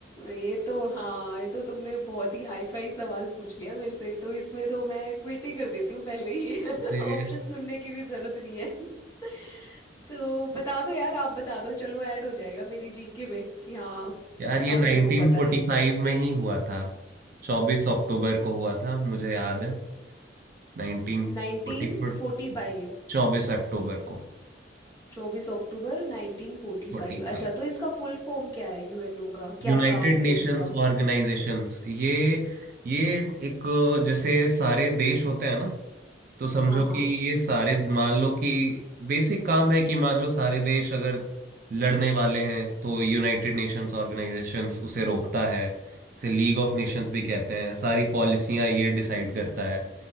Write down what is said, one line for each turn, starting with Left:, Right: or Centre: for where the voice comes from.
Left: ये तो हाँ ये तो तुमने बहुत ही हाई फाई सवाल पूछ लिया मेरे से तो इसमें तो मैं क्विट ही कर देती हूँ पहले ही <laughs>
Right: ते-
Left: ऑप्शन सुनने की भी जरूरत नहीं है <laughs> तो बता दो यार आप बता दो चलो ऐड हो जाएगा मेरी जीके में कि हाँ
Right: यार ये
Left: अब
Right: 1945
Left: मेरे को पता है
Right: में ही हुआ था 24 अक्टूबर को हुआ था मुझे याद है नाइनटीन
Left: नाइनटीन
Right: फोर्टी फोर
Left: फोर्टी फाइव।
Right: चौबीस अक्टूबर को
Left: चौबीस अक्टूबर नाइनटीन फोर्टी
Right: Forty
Left: फाइव
Right: five
Left: अच्छा तो इसका फुल फॉर्म क्या है यूएनओ का
Right: United
Left: क्या काम
Right: Nations
Left: है इसका
Right: organisations ये ये एक जैसे सारे देश होते हैं ना तो समझो
Left: हाँ हाँ
Right: कि ये सारे मान लो कि बेसिक काम है कि मान लो सारे देश अगर लड़ने वाले हैं तो यूनाइटेड नेशंस ऑर्गेनाइजेशंस उसे रोकता है इसे लीग ऑफ नेशंस भी कहते हैं सारी पॉलिसियां ये डिसाइड करता है